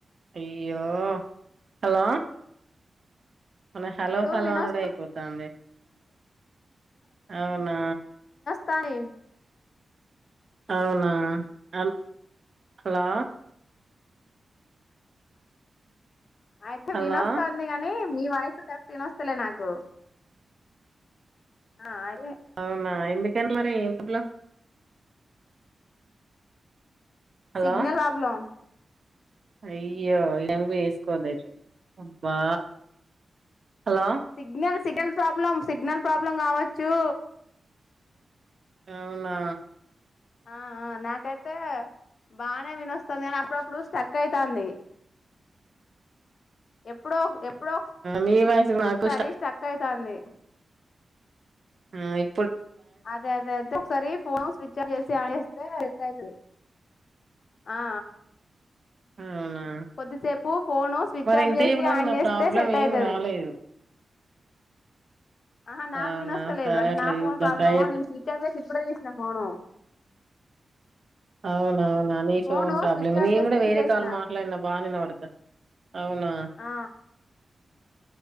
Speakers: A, on the right; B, on the left.
A: అయ్యో హలో మన హలొ
B: ఇప్పుడు
A: హలోనుడ
B: వినోస్తుంది
A: అయిపోతాంది అవునా
B: తా నె
A: అవునా అన్ హలో
B: అయితే
A: హలో
B: వినోస్తంది గాని మీీ వాయసు కరెక్ట్ వినొస్తలే నాకు ఆ అయి
A: అవున ఎందు త్ మరే మల హలో
B: సిగ్నల్ ప్రాబ్లమ్
A: అయ్యో ఎంగు వేస్కోదైతే అబ్బా hello
B: signal Seidel problem signal problem కావచ్చు
A: అవునా
B: ఆఆ నాకైతే బానే వినిస్తుంది గాని అప్పుడప్పుడు స్టక్ అయితంది. ఎప్పుడో ఎప్పుడో
A: మీ వాయిస్ కూడా నాకు
B: ఒకసారి
A: స్టక్
B: అయితాంది
A: అయ్
B: అదే అదే అంతే ఒకసారి ఫోన్ స్విచ్ ఆఫ్ చేసి ఆన్ చేస్తే సెట్ అయితది ఆ
A: అవునా
B: కొద్దిసేపు ఫోను స్విచ్
A: మరి
B: ఆఫ్
A: ఇంతకి
B: చేసి
A: ఇప్పుడు నాకు
B: ఆన్
A: నా
B: చేస్తే
A: ప్రాబ్లం
B: సెట్
A: ఏం
B: అయతది
A: కాలేదు
B: ఆహా నాకు
A: అవునా
B: వినొస్తలేదు
A: సరే
B: అంటే
A: అట్లా
B: నా ఫోన్
A: చూద్దాం
B: ప్రాబ్లమ్
A: ట్రై చేద్దాం
B: నేను స్విచ్ ఆఫేసి ఇప్పుడే తీసిన ఫోను
A: అవునవునా నీ phone
B: phone
A: problem
B: switch off
A: నేను
B: చేసి
A: కూడా
B: తీసేసిన
A: వేరే కాళ్లు మాట్లాడిన బానే వినబడతాది అవునా
B: ఆ